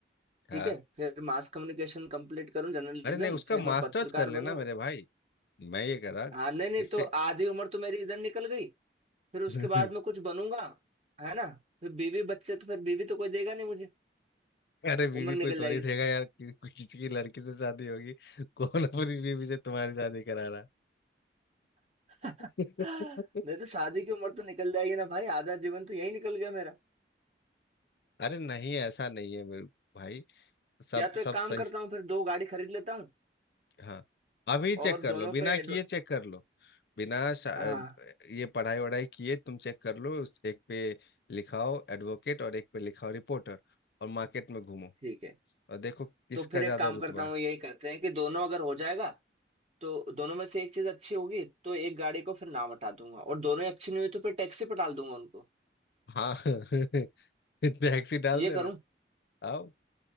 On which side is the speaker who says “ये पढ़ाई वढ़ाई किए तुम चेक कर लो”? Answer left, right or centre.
Left